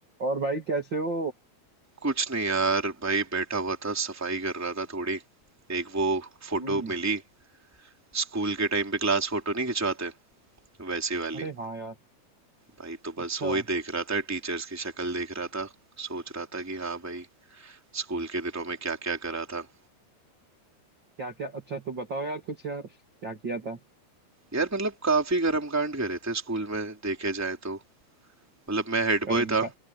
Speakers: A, on the right; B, in the centre.
A: और भाई कैसे हो
B: कुछ नहीं यार भाई बैठा हुआ था सफाई कर रहा था थोड़ी एक वो फोटो
A: हम्म
B: मिली स्कूल के टाइम पे क्लास फोटो नहीं खिंचवाते वैसी वाली
A: अरे हाँ यार
B: भाई तो बस
A: अच्छा
B: वो
A: <laughs>
B: ही देख रहा था टीचर्स की शक्ल देख रहा था सोच रहा था कि हाँ भाई स्कूल के दिनों में क्या क्या करा था
A: क्या क्या अच्छा तो बताओ यार कुछ यार क्या किया था
B: यार मतलब काफी कर्म कांड करे थे स्कूल में देखे जाए तो मतलब मैं हेड
A: कर्म
B: बॉय था
A: का